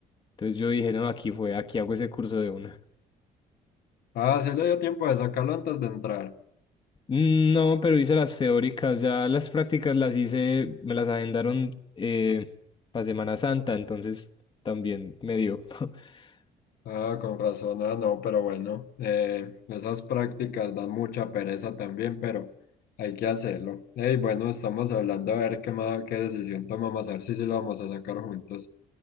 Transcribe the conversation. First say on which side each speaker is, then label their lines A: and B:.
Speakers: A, on the left; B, on the left.
A: Entonces yo dije, no, aquí fue, aquí hago ese curso de una.
B: Ah, sí le dio tiempo de sacarlo antes de entrar.
A: No, pero hice las teóricas, ya las prácticas las hice, me las agendaron eh, para Semana Santa, entonces también me dio. <laughs>
B: Ah, con razón. Ah, no, pero bueno, eh, esas prácticas dan mucha pereza también, pero hay que hacerlo. Hey, bueno, estamos hablando a ver qué, ma- qué decisión tomamos, a ver si sí lo vamos a sacar juntos.